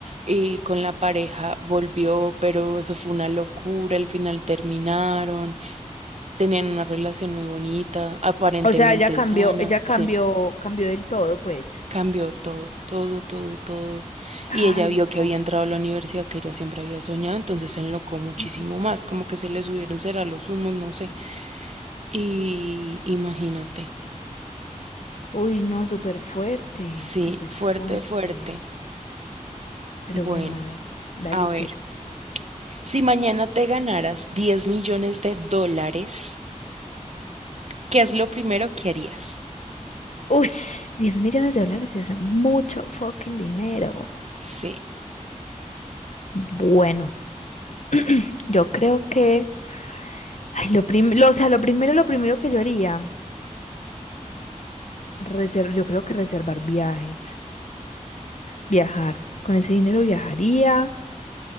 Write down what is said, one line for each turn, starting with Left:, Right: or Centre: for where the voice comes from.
Right: y con la pareja volvió, pero eso fue una locura, al final terminaron, tenían una relación muy bonita, aparentemente
Left: O sea, ella cambió,
Right: sana,
Left: ella cambió,
Right: sí,
Left: cambió del todo, pues.
Right: cambió todo, todo, todo, todo.
Left: Ay,
Right: Y ella vio
Left: no.
Right: que había entrado a la universidad que ella siempre había soñado, entonces se enlocó muchísimo
Left: <clears throat>
Right: más, como que se le subieron será los humos, no sé. Y imagínate,
Left: Uy, no, súper fuerte,
Right: sí,
Left: súper
Right: fuerte,
Left: fuerte.
Right: fuerte.
Left: Pero
Right: Bueno,
Left: bueno, a ver, dale
Right: a ver,
Left: tú.
Right: si mañana te ganaras 10 millones de dólares, ¿qué es lo primero que harías?
Left: Uy, diez millones de dólares es mucho fucking dinero.
Right: Sí,
Left: Bueno, <clears throat> yo creo que, ay, lo prim- lo- o sea, lo primero, lo primero que yo haría, reser- yo creo que reservar viajes, viajar. Con ese dinero viajaría,